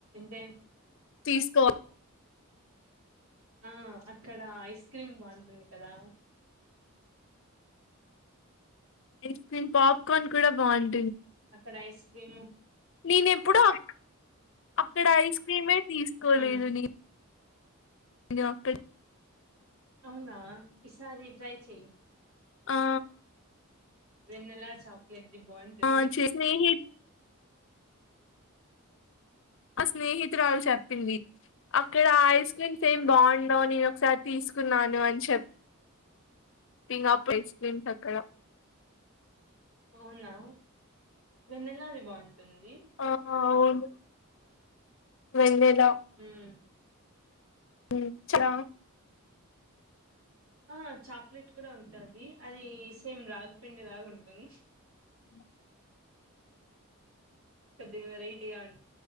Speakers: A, on the right; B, on the left.
A: దేన్
B: తీసుకో
A: ఆ అక్కడ ఐస్ క్రీమ్ బావుంటుంది కదా
B: ఐస్ క్రీమ్, పాప్కార్న్ కూడా బాగున్
A: అక్కడ ఐస్ క్రీము
B: నేనెప్పుడు అ అక్కడ ఐస్ క్రీమే తీస్కోలేదు
A: ఉమ్
B: నే ను అక్కడ్
A: అవునా ఈసారి ట్రై చెయి.
B: ఆ
A: వెన్నెలా చాక్లెట్ది బాగుంటుంది.
B: ఆ స్నేహి మా స్నేహితురాల్ చెప్పింది. అక్కడ ఐస్ క్రీమ్స్ ఏం బాగుండవు నేన్ ఒకసారి తీస్కున్నాను అన్ చెప్ థింగ్ ఆఫ్ ఐస్ క్రీమ్స్ అక్కడ
A: అవునా వెన్నెలాది బాగుంటుంది.
B: ఆ అవును వెన్నల
A: ఉమ్
B: మ్ చలా
A: ఆ చాక్లెట్ కూడా ఉంటాది అది సేమ్ రాగిపిండి లాగా ఉంటుం
B: <inaudible>
A: కొద్దిగా వెరైటీగా ఉన్